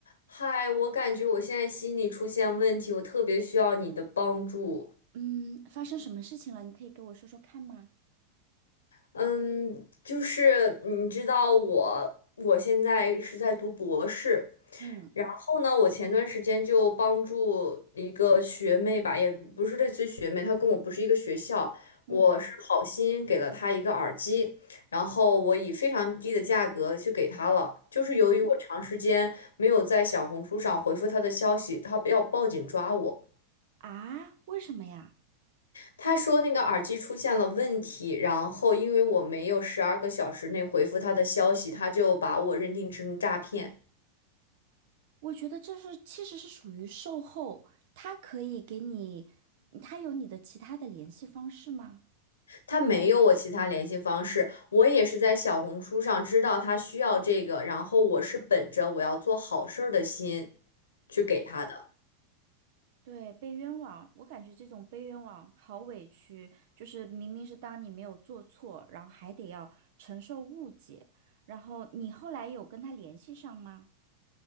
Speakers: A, on the left (about 85°); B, on the right (about 65°).
A: 嗨，我感觉我现在心理出现问题，我特别需要你的帮助。
B: 嗯，发生什么事情了？你可以给我说说看吗？
A: 嗯，就是你知道我，我现在是在读博士，
B: 嗯
A: 然后呢，我前段时间就帮助一个学妹吧，也不是类似于学妹，她跟我不是一个学校，
B: 嗯
A: 我是好心给了她一个耳机，然后我以非常低的价格去给她了。就是由于我长时间没有在小红书上回复她的消息，
B: 嗯
A: 她要报警抓我。
B: 啊，为什么呀？
A: 他说那个耳机出现了问题，然后因为我没有十二个小时内回复他的消息，他就把我认定成诈骗。
B: 我觉得这是其实是属于售后，他可以给你，他有你的其他的联系方式吗？
A: 他没有我其他联系方式，我也是在小红书上知道他需要这个，然后我是本着我要做好事儿的心去给他的。
B: 对，被冤枉，我感觉这种被冤枉好委屈，就是明明是当你没有做错，然后还得要承受误解，然后你后来有跟他联系上吗？